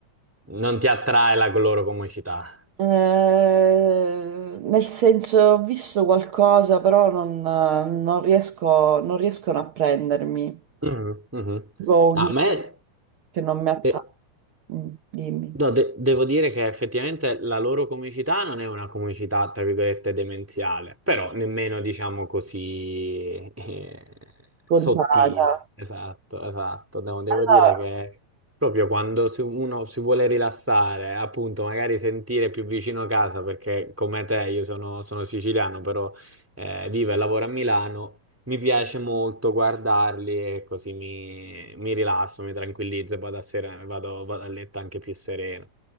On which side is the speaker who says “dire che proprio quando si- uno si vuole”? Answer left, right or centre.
Centre